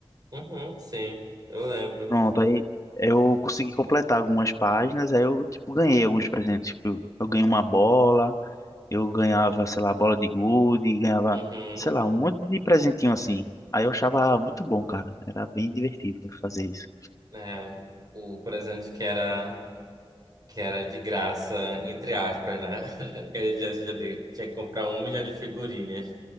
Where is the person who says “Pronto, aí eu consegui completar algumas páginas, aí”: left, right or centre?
Left